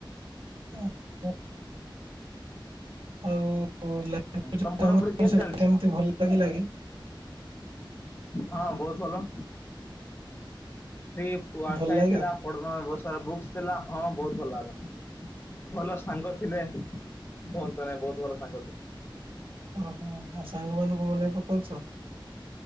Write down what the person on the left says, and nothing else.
ତମ ପଢାପଢି
ଚାଲିଛି
ହଁ ବହୁତ ଭଲ। ସେ କୁଆ
ଖାଇଥିଲା
ପଡ୍ମାବସ୍ ଏତେ ସାରା ଵୁକ୍ସ ଥିଲା ହଁ ବହୁତ ସାଙ୍ଗ ଥିଲେ କୁହନ୍ତୁ ନାଇଁ ହେ ଭଲ ସାଙ୍ଗ ଥିଲେ ହନ୍ତ ବହୁତ ଭଲ ସାଙ୍ଗ ଥିଲେ